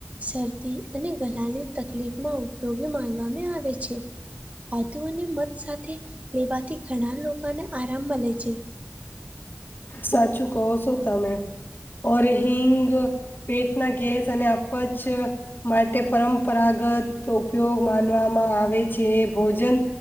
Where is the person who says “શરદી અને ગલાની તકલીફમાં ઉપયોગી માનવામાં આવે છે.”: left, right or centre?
Right